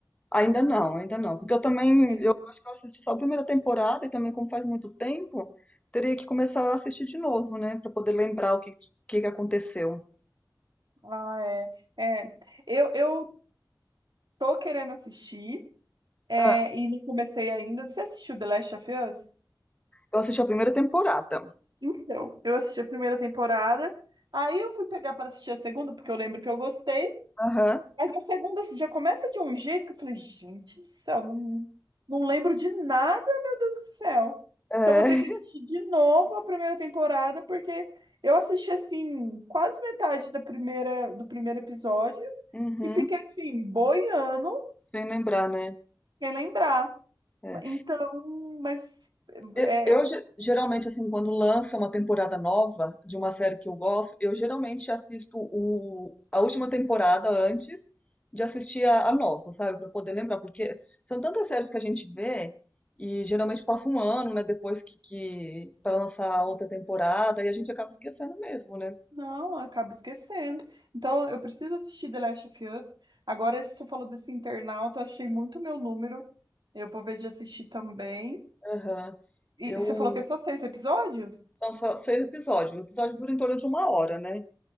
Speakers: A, on the left; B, on the right.
A: Ainda não, ainda não. Porque eu também,
B: Sim.
A: eu acho que eu assisti só a primeira temporada e também, como faz muito tempo, teria que começar a assistir de novo, né? Pra poder lembrar o que, que que aconteceu.
B: Ah, é. É. Eu, eu tô querendo assistir, é,
A: Ah,
B: e não comecei ainda. Você assistiu The Last of Us?
A: eu assisti a primeira temporada.
B: Então, eu assisti a primeira temporada, aí eu fui pegar para assistir a segunda, porque eu lembro que eu gostei,
A: Aham,
B: mas a segunda assim, já começa de um jeito que eu falei, gente do céu, não, não lembro de nada, meu Deus do céu.
A: é.
B: Então vou ter que assistir de novo a primeira temporada, porque eu assisti assim, quase metade da primeira, do primeiro episódio
A: Uhum,
B: e fiquei assim, boiando,
A: sem lembrar, né?
B: sem lembrar.
A: É.
B: Então, mas.
A: Eu,
B: é
A: eu
B: eu
A: ge- geralmente, assim, quando lança uma temporada nova de uma série que eu gosto, eu geralmente assisto o, a última temporada antes de assistir a, a nova, sabe? Pra poder lembrar, porque são tantas séries que a gente vê e geralmente passa um ano, né, depois que, que para lançar a outra temporada e a gente acaba esquecendo mesmo, né?
B: Não, acaba esquecendo. Então, eu preciso assistir The Last of Us. Agora, você falou desse internauta, eu achei muito meu número. Eu vou ver de assistir também.
A: Aham.
B: E,
A: Eu.
B: e você falou que é só seis episódios?
A: São só seis episódios. O episódio dura em torno de uma hora, né?